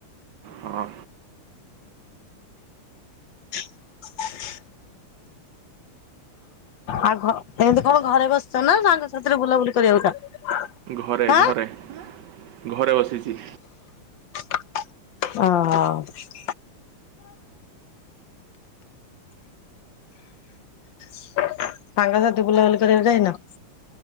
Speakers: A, on the right; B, on the left.
A: ହଁ
B: <inaudible> ଆଉ ଏମିତି କଣ ଘରେ ବସିଛ ନା ତାଙ୍କ ସାଥିରେ ବୁଲାବୁଲି କରିବାକୁ ଯାଅ।
A: ଘରେ
B: ଆଁ
A: ଘରେ ଘରେ ବସିଛି।
B: ଓହୋ। ସାଙ୍ଗସାଥି ବୁଲାବୁଲି କରିବାକୁ ଯାଇନ।